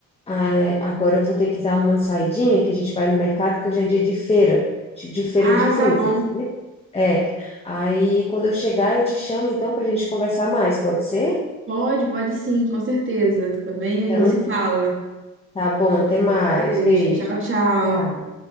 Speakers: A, on the left (about 20°); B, on the right (about 40°).
A: ah, é, agora eu vou ter que dar uma saidinha, que a gente vai no mercado, que hoje é dia de feira, tipo de feira
B: Ah,
A: de frutas,
B: tá bom.
A: sabe? É. Aí quando eu chegar, eu te chamo então para a gente conversar mais, pode ser?
B: Pode, pode sim, com certeza. Tá bem? A gente
A: Então,
B: se fala.
A: tá bom, até mais.
B: Beijo,
A: Beijo.
B: tchau, tchau.
A: Tchau.